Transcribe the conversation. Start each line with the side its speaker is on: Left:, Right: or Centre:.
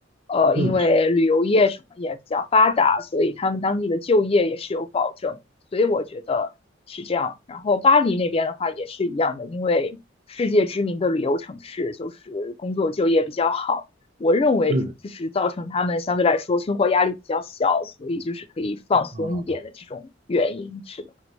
Left: 呃，
Right: 嗯
Left: 因为旅游业什么也比较发达，所以他们当地的就业也是有保证，所以我觉得是这样。然后巴黎那边的话也是一样的，因为世界知名的旅游城市，就是工作就业比较好。我认为就是造成他们相对来说生活压力比较小，
Right: 嗯。
Left: 所以就是可以放松一点的这种原因。
Right: 啊。
Left: 是的，